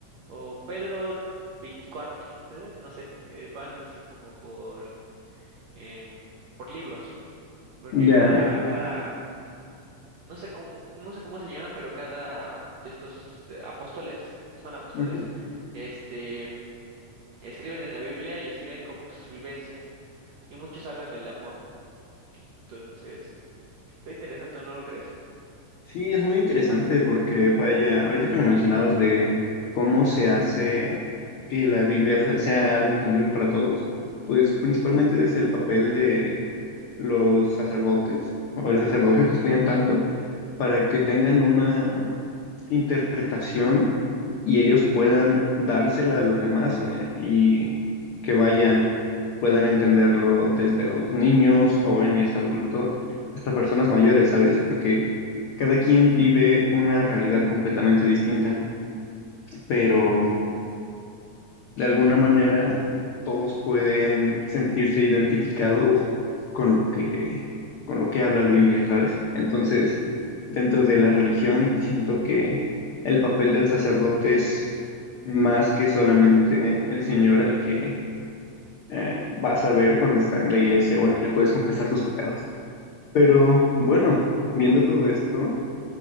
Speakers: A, on the right; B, on the left.
A: o Pedro veinticuatro ¿sabes? No sé, eh, van así como por, em, por libros, porque
B: Ya,
A: cada, cada, no sé cómo, no sé cómo se llaman, pero cada de estos eh, apóstoles, son apóstoles,
B: Ujú.
A: este, escriben en la Biblia y escriben como que sus vivencias, y muchos hablan del amor, entonces, está interesante, ¿no lo crees?
B: Sí, es muy interesante porque, vaya, ahorita que lo mencionabas de cómo se hace que la Biblia fue- sea algo entendible para todos, pues principalmente desde el papel de los sacerdotes o el sacerdocio que estudian tanto para que tengan una interpretación y ellos puedan dársela a los demás eh, y que vaya, puedan entenderlo desde los niños, jóvenes, adultos, hasta personas mayores, ¿sabes? Porque Cada quien vive una realidad completamente distinta, pero de alguna manera todos pueden sentirse identificados con lo que, con lo que habla la Biblia, ¿sabes? Entonces, dentro de la religión, siento que el papel del sacerdote es más que solamente el Señor al que eh, vas a ver cuando está en la iglesia o al que le puedes confesar tus pecados. Pero bueno, viendo todo esto,